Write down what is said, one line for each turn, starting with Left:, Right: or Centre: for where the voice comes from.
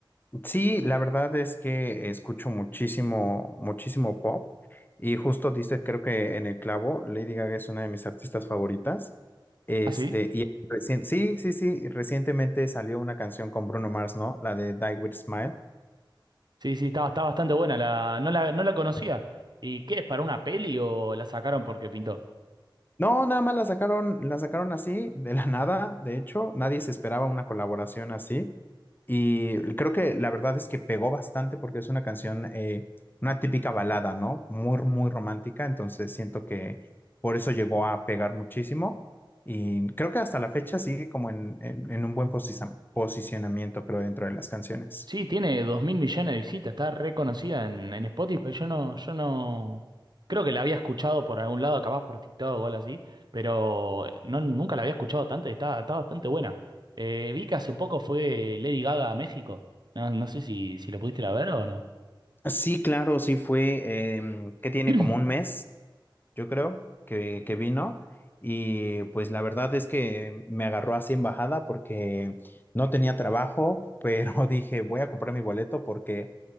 Left: Sí, la verdad es que escucho muchísimo, muchísimo pop y justo diste, creo que en el clavo, Lady Gaga es una de mis artistas favoritas. Este,
Right: ¿Ah, sí?
Left: y recien- sí, sí, sí, recientemente salió una canción con Bruno Mars, ¿no? La de Die With Smile.
Right: Sí, sí, está, está bastante buena, la, no la, no la conocía. ¿Y qué es, para una peli o la sacaron porque pintó?
Left: No, nada más la sacaron, la sacaron así, de la <laughs> nada, de hecho, nadie se esperaba una colaboración así. Y creo que la verdad es que pegó bastante porque es una canción, eh, una típica balada, ¿no? Muy, muy romántica, entonces siento que por eso llegó a pegar muchísimo. Y creo que hasta la fecha sigue como en, en- en un buen posiza- posicionamiento, creo, dentro de las canciones.
Right: Sí, tiene dos mil millones de visitas, está reconocida en, en Spotify. Yo no, yo no. Creo que la había escuchado por algún lado, capaz por TikTok o algo así, pero eh, no, nunca la había escuchado tanto y está, está bastante buena. Eh, vi que hace poco fue Lady Gaga a México. No, no sé si, si lo pudiste ir a ver o no. <laughs>
Left: Sí, claro, sí fue, em, que tiene
Right: <clears throat>
Left: como un mes yo creo, que, que vino. Y pues la verdad es que me agarró así en bajada porque no tenía trabajo, pero <laughs> dije, voy a comprar mi boleto porque